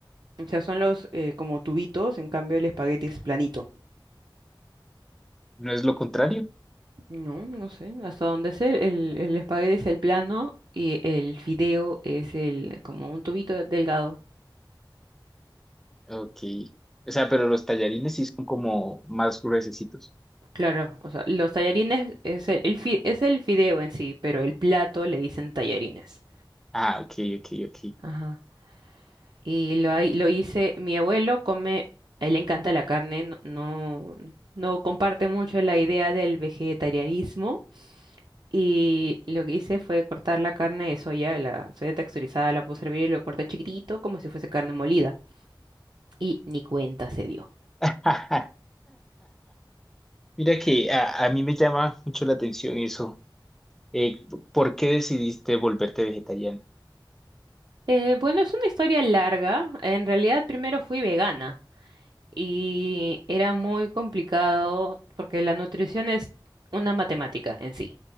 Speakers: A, on the right; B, in the centre.
A: o sea, son los eh, como tubitos, en cambio el espagueti es planito.
B: ¿No es lo contrario?
A: No, no sé, hasta dónde sé. El, el espagueti es el plano y el fideo es el como un tubito delgado.
B: Ok. O sea, pero los tallarines sí son como más gruesecitos.
A: Claro, o sea, los tallarines es el, el fi- es el fideo en sí, pero el plato le dicen tallarines.
B: Ah, ok, ok, ok.
A: Ajá. Y lo, hay- lo hice, mi abuelo come, a él le encanta la carne, no, no, no comparte mucho la idea del vegetarianismo. Y lo que hice fue cortar la carne de soya, la soya texturizada, la puse a hervir y lo corté chiquitito como si fuese carne molida. y ni cuenta se dio.
B: <laughs> Mira que a, a mí me llama mucho la atención eso. Eh, ¿por qué decidiste volverte vegetariana?
A: Eh, bueno, es una historia larga. En realidad, primero fui vegana y era muy complicado porque la nutrición es una matemática en sí,